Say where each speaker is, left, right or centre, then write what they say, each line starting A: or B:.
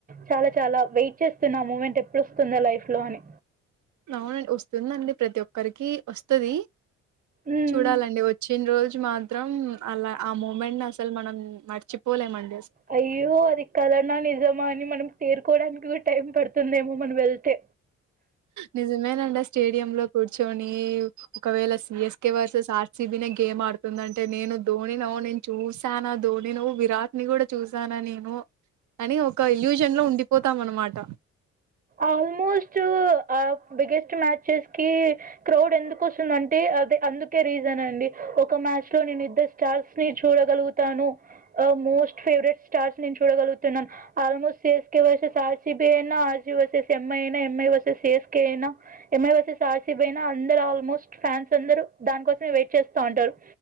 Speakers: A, on the right; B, on the right.
A: చాలా చాలా వెయిట్ చేస్తున్నా ఆ మూమెంట్ ఎప్పుడు వస్తుందా లైఫ్ లో అని
B: అవునండి వస్తుందండి ప్రతి ఒక్కరికి వస్తది
A: హ్మ్.
B: చూడాలండి వచ్చిన రోజు మాత్రం అలా ఆ మూమెంట్ ని అసలు మనం మర్చిపోలెం అన్
A: అయ్యో అది కల నా నిజమా అని మనం తేరుకోవడానికి కూ టైం పడుతుందేమో మనం వెళ్తే
B: నిజమేనండి ఆ స్టేడియంలో కూర్చొని ఒకవేళ సిఎస్కే వర్సెస్ ఆర్సిబి నే గేమ్ ఆడుతుంధంటే నేను ధోని నో నేను చూసానా ధోని ను విరాట్ ని కూడా చూసానా నేను అని ఒక ఎల్యూషన్ లో ఉండిపోతాం అనమాట
A: ఆల్మోస్ట్ ఆ బిగ్గెస్ట్ మ్యాచెస్ కి క్రౌడ్ ఎందుకు వస్తుందంటే అదే అందుకే రీజన్ అండి ఒక మ్యాచ్ లో నేను ఇద్దరు స్టార్స్ ని చూడగలుగుతాను మోస్ట్ ఫేవరెట్ స్టార్స్ నేను చూడగలుగుతున్నాను almost C S K versus RCB అయిన బి వర్సెస్ ఎం ఐ అయినా MI versus C S K అయినా MI versus R C B అయినా అందరు ఆల్మోస్ట్ ఫ్యాన్స్ అందరు దాని కోసమే వెయిట్ చేస్తా ఉంటారు